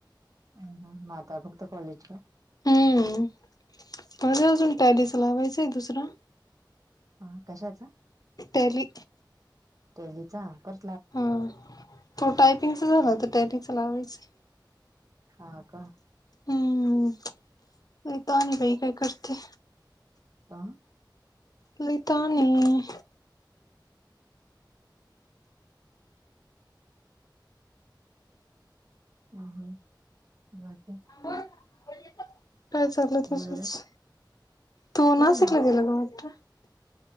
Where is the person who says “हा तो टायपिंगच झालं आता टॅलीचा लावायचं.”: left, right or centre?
Left